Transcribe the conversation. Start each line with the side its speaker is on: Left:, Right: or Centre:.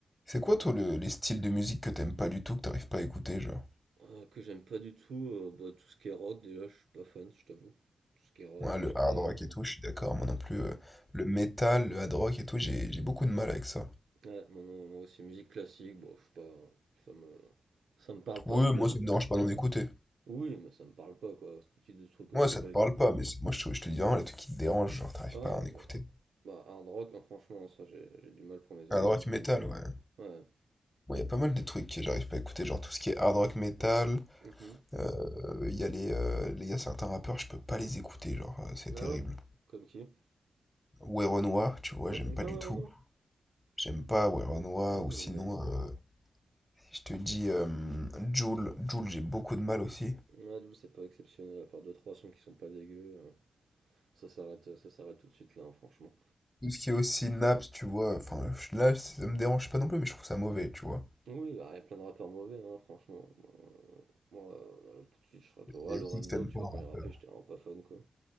Left: C'est quoi, toi, le- les styles de musique que t'aimes pas du tout, que t'arrives pas à écouter, genre?
Right: Heu, que j'aime pas du tout, heu, bah, tout ce qui est rock déjà, je suis pas fan, je t'avoue. Tout ce qui est rock,
Left: Ouais,
Right: métal,
Left: le hard rock et tout, je suis d'accord, moi non plus.
Right: ouais.
Left: euh, le metal, le hard rock et tout, j'ai j'ai beaucoup de mal avec ça.
Right: Ouais, moi non, moi aussi musique classique, bon, je suis pas ça me ça me parle pas,
Left: Oui,
Right: je t'avoue.
Left: moi, ça me dérange pas d'en écouter.
Right: Oui, mais ça me parle pas quoi, c'est tout type de trucs que
Left: Moi,
Right: j'aime
Left: ça
Right: pas
Left: te parle
Right: écouter.
Left: pas, mais c'est- moi, je te, je te dis vraiment les trucs qui te dérangent, genre, t'arrives
Right: Ah
Left: pas à en écouter.
Right: bah bah, hard rock, hein, franchement, ça j'ai j'ai du mal pour mes
Left: Hard
Right: oreilles,
Left: rock
Right: hein.
Left: metal, ouais.
Right: Ouais.
Left: Bon, il y a pas mal de trucs que j'arrive pas à écouter, genre tout ce qui est hard rock metal.
Right: mhm
Left: euh, Il y a les, euh, les- il y a certains rappeurs, je peux pas les écouter, genre, euh, c'est
Right: mh.
Left: terrible.
Right: Ah ouais? Comme qui?
Left: Werenoi, tu vois,
Right: Ah
Left: j'aime
Right: t'aimes
Left: pas
Right: pas,
Left: du
Right: ouais,
Left: tout.
Right: Ronan?
Left: J'aime pas Werenoi,
Right: Non,
Left: ou sinon
Right: j'aime bien moi.
Left: euh, Je te dis, euh, Jul, Jul, j'ai beaucoup de mal aussi.
Right: Ouais, j'avoue, c'est pas exceptionnel, à part deux trois sons qui sont pas dégueux, heu, ça s'arrête, ça s'arrête tout de suite là, hein, franchement.
Left: Tout ce qui est aussi Naps, tu vois, enfin, je- là, ça me dérange pas non plus, mais je trouve ça mauvais, tu vois.
Right: Oui, bah, il y a plein de rappeurs mauvais, hein, franchement. Moi, euh, là, tout de suite, je serais à toi.
Left: Et
Right: Ah, Lorenzo,
Left: qui que t'aimes
Right: tu
Left: pas
Right: vois,
Left: en
Right: quand
Left: rappeur?
Right: il rappait, j'étais vraiment pas fan, quoi.